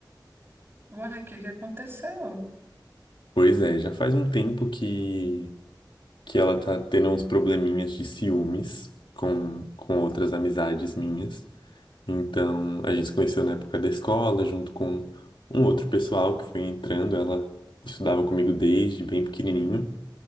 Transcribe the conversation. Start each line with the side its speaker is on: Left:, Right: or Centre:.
Right: Uai, o que que aconteceu?
Left: Pois é, já faz um tempo que que ela tá tendo uns probleminhas de ciúmes com com outras amizades minhas. Então, a gente se conheceu na época da escola, junto com um outro pessoal que foi entrando. Ela estudava comigo desde bem pequenininho.